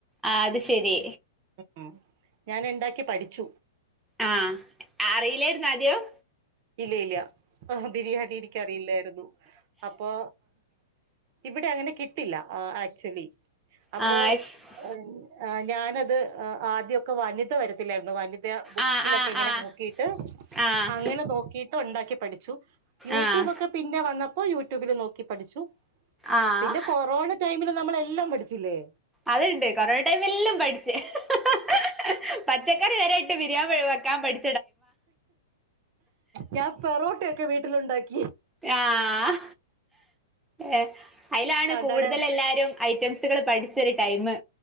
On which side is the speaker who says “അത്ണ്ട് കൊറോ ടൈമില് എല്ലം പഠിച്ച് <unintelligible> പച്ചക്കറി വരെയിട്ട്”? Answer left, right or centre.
Centre